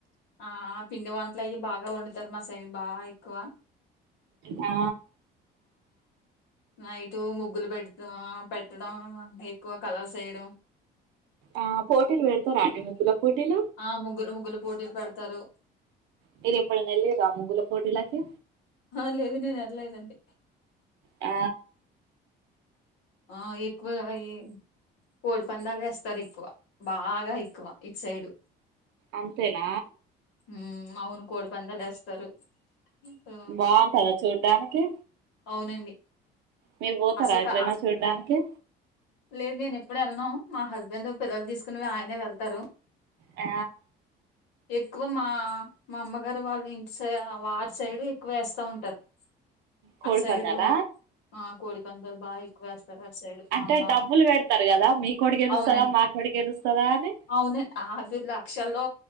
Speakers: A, on the left; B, on the right.
A: ఆ పిండి వంటలు అయి బాగా వండుతారు మా సైడ్ బాగా ఎక్కువ
B: ఆ
A: నైట్ ముగ్గులు పెడ్త్తు ఆ పెట్టడం ఎక్కువ కలర్స్యడం
B: ఆ పోటీలు పెడుతారా అండి ముగ్గుల పోటీలు
A: ఆ ముగ్గులు ముగ్గులు పోటీలు పెడుతారు
B: మీరు ఎప్పుడన్నా ఎల్లిర్ర ముగ్గుల పోటీలకి
A: ఆ లేదు నేను వెళ్ళలేదండి
B: ఆ
A: ఆ ఎక్కువే <unintelligible> కోడి పందాలు వేస్తారు ఎక్కువ బాగ ఎక్కువ ఇటు సైడు
B: అంతేన
A: ఉ అవును కోడి పందాలు వేస్తారు ఆ,
B: బాగుంటయ చూడటానికి
A: అవునండి
B: మీరు పోతార
A: అసలు
B: ఎక్కడైన
A: క-
B: చూడ్డటనికి
A: లేదు నేను ఎప్పుడు వెళ్ళను మా హస్బెండ్ పిల్లలు తీసుకుని ఆయనే వెళ్తారు
B: ఆ
A: ఎక్కువ మా మా అమ్మగారు వాళ్ళు ఇంటి సై వారి సైడ్ ఎక్కువ వేస్తా ఉంటారు
B: కోల్
A: అటు సైడు
B: పందాల
A: ఆ కోడి పందాలు బాగా ఎక్కువ వేస్తారు అటు సైడ్
B: అంటే
A: మా అమ్మ
B: డబ్బులు పెడతారు కదా మీ కొడిర్ గెలుస్తాద
A: అవునండి
B: మా డి గెలుస్తాద అని
A: అవునండి <unintelligible> లక్షల్లో